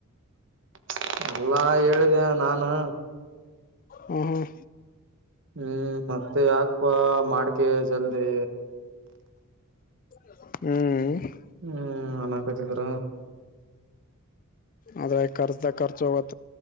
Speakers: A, on the right; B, on the left.
A: <inaudible> ಎಲ್ಲಾ ಹೇಳಿದೆ ನಾನು
B: ಹ್ಮ್ ಹ್ಮ್
A: ಹ್ಮ್ ಮತ್ತೆ ಯಾಕಪಾ ಮಾಡಿಕೆ ಜಲ್ದಿ
B: ಹ್ಮ್
A: ಹ್ಮ್ ಅಣ ಕರ
B: ಆದದ್ರೆ ಖರ್ಚದ ಖರ್ಚ ಹೋಗುತ್ತೆ